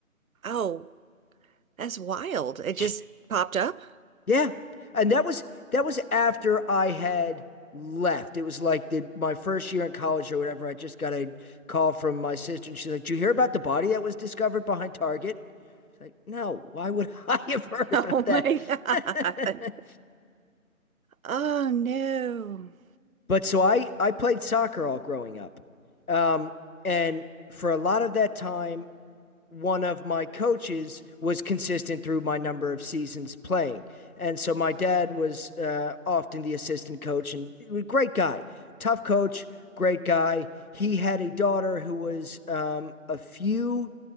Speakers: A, on the right; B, on the left.
A: Oh, that's wild. It
B: <laughs>
A: just popped up. <laughs>
B: Yeah, and that was that was after I had left. It was like the my first year in college or whatever. I just got a call from my sister, and she's like, "Did you hear about the body that was discovered behind Target?" It's like, no, why would <laughs> I have heard about
A: Oh
B: that?
A: my God.
B: <laughs>
A: Oh no. <gasps>
B: But so I I played soccer all growing up, um, and for a lot of that time, one of my coaches was consistent through my number of seasons playing, and so my dad was uh, often the assistant coach and he was a great guy, tough coach, great guy. He had a daughter who was um, a few